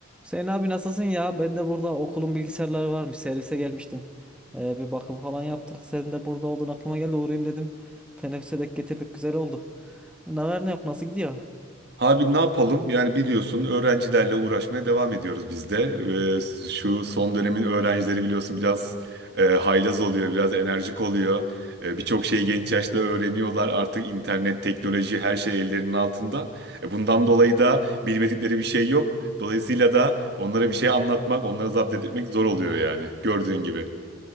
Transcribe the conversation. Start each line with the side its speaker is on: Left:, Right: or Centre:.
Centre: Hüseyin abi nasılsın ya? Ben de burada okulun bilgisayarları varmış. Servise gelmiştim. Ee, bir bakım falan yaptık. Senin de burada olduğun aklıma geldi. Uğrayayım dedim. Teneffüse dek getirdik. Güzel oldu. Ne var ne yok? Nasıl gidiyor?
Right: Abi ne yapalım? Yani biliyorsun öğrencilerle uğraşmaya devam ediyoruz biz de. Ee, şu son dönemin öğrencileri biliyorsun biraz e, haylaz oluyor, biraz enerjik oluyor. E, birçok şeyi genç yaşta öğreniyorlar. Artık internet, teknoloji her şey ellerinin altında. E, bundan dolayı da bilmedikleri bir şey yok. Dolayısıyla da onlara bir şey anlatmak, onları zapt etmek zor oluyor yani gördüğün gibi.